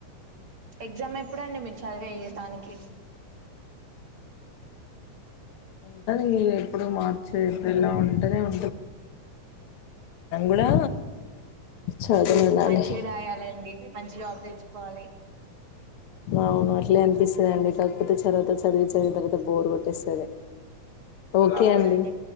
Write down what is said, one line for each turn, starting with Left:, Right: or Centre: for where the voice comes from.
Right: ఎగ్జామ్ ఎప్పుడండి మీరు చదివేయ దానికి
Left: ఉంటది ఎప్పుడు మార్చే ఇల్లో ఉంటనే ఉ కూడా చదవనాలి
Right: మంచి రాయాలండి మంచి జాబ్ తెచ్చుకో కోవాలి
Left: అవును అట్లే అనిపిస్తది అండి కాకపోతే చవాత చదివి తర్వాత బోర్ కొట్టేస్తనే ఓకే
Right: అవునండి
Left: అండి